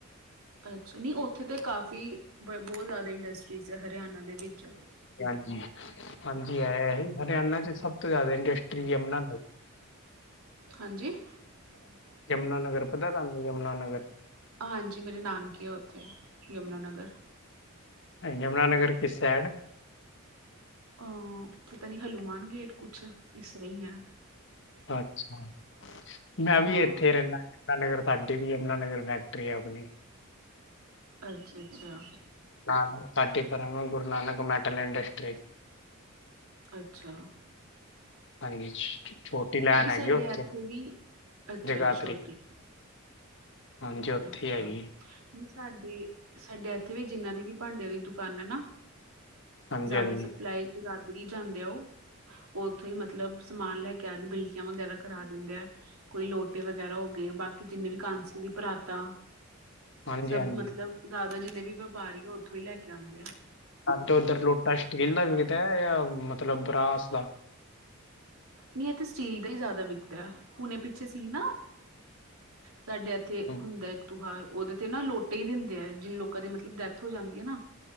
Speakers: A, on the right; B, on the left.
A: ਅੱਛਾ ਨੀ ਉੱਥੇ ਤੇ ਕਾਫੀ ਬ ਬਹੁਤ ਜ਼ਿਆਦਾ ਇੰਡਸਟਰੀਜ਼ ਹੈ ਹਰਿਆਣਾ ਦੇ ਵਿੱਚ
B: ਹਾਂਜੀ ਹਾਂਜੀ ਹੈ ਹਰਿਆਣਾ ਚ ਸਭ ਤੋਂ ਜ਼ਿਆਦਾ ਇੰਡਸਟਰੀ ਹੈ ਜਮਨਾ
A: ਹਾਂਜੀ? ਹਾਂ <inaudible>
B: ਯਮੁਨਾਨਗਰ ਪਤਾ ਤੁਹਾਨੂੰ ਯਮੁਨਾਨਗਰ
A: ਹਾਂਜੀ ਮੇਰੇ ਨਾਨਕੇ ਆ ਉੱਥੇ ਯਮੁਨਾ ਨਗਰ
B: ਯਮੁਨਾਨਗਰ ਕਿਸ ਸਾਈਡ
A: ਅਹ ਪਤਾ ਨੀ ਹਲੂਮਾਨ ਗੇਟ ਕੁਛ ਇਸ ਤਰ੍ਹਾਂ ਹੀ ਹੈ
B: ਅੱਛਾ ਮੈਂ
A: ਹਾਂ
B: ਵੀ ਇੱਥੇ ਰਹਿੰਦਾ ਯਮਨਾ ਨਗਰ ਸਾਡੀ ਵੀ ਯਮਨਾ ਨਗਰ ਫੈਕਟਰੀ ਹੈ ਆਪਣੀ <unintelligible>
A: ਅੱਛਾ ਅੱਛਾ।
B: ਨਾਨ ਪਟੀਪਰਾਮ ਗੁਰੂ ਨਾਨਕ ਮੈਟਲ ਇੰਸਟਰੀ <unintelligible>
A: ਅੱਛਾ
B: ਹਾਂਜੀ। ਛੋਟੀ ਲੈਨ
A: ਕਿਉਂਕਿ
B: ਹੈਗੀ
A: ਸਾਡੇ
B: ਉੱਥੇ
A: ਇੱਥੇ ਵੀ ਅੱਛਾ
B: ਜਗਾਦਰੀ
A: ਅੱਛਾ ਛੋਟੀ
B: ਹਾਂਜੀ ਉੱਥੇ
A: ਅੱਛਾ
B: ਹੀ ਹੈਗੀ
A: ਵੀ ਸਾਡੇ ਸਾਡੇ ਇੱਥੇ ਵੀ ਜਿੰਨਾਂ ਦੀ ਵੀ ਭਾਂਡਿਆਂ ਦੀ ਦੁਕਾਨ ਹੈ ਨਾ
B: ਹਾਂਜੀ
A: ਜ਼ਿਆਦਾ
B: ਹਾਂਜੀ
A: ਸਪਲਾਈ ਜਗਾਦਰੀ ਜਾਂਦੇ ਉਹ ਉਹ ਉੱਥੇ ਹੀ ਮਤਲਬ ਸਮਾਨ ਲੈ ਕੇ ਆ ਬਿਲਟੀਆਂ ਵਗੈਰਾ ਕਰਾ ਦਿੰਦੇ ਆ ਕੋਈ ਲੋਟੇ ਵਗੈਰਾ ਹੋ ਗਏ ਬਾਕੀ ਜਿੰਨੇ ਵੀ ਕਾਂਸੀ ਦੀ ਪਰਾਤਾਂ
B: ਹਾਂਜੀ
A: ਸਭ
B: ਹਾਂਜੀ
A: ਮਤਲਬ ਜ਼ਿਆਦਾ ਜਿੰਨੇ ਵੀ ਵਪਾਰੀ ਆ ਉੱਥੋਂ ਹੀ ਲੈ ਕੇ ਆਉਂਦੇ ਆ
B: ਸਾਡੇ ਉੱਧਰ ਲੋਟਾ ਸਟੀਲ ਦਾ ਵਿਕਦਾ ਜਾਂ ਮਤਲਬ ਬਰਾਸ ਦਾ
A: ਨਹੀਂ ਇੱਥੇ ਸਟੀਲ ਦਾ ਹੀ ਜ਼ਿਆਦਾ ਵਿਕਦਾ ਹੁਣੇ ਪਿੱਛੇ ਸੀ ਨਾ ਸਾਡੇ ਇਥ <unintelligible>
B: ਹਮ,
A: ਹੁੰਦਾ ਇੱਕ ਤਿਉਹਾਰ ਉਹਦੇ ਤੇ ਨਾ ਲੋਟੇ ਹੀ ਦਿੰਦੇ ਆ ਜਿਨ ਲੋਕਾਂ ਦੀ ਮਤਲਬ ਡੈਥ ਹੋ ਜਾਂਦੀ ਹੈ ਨਾ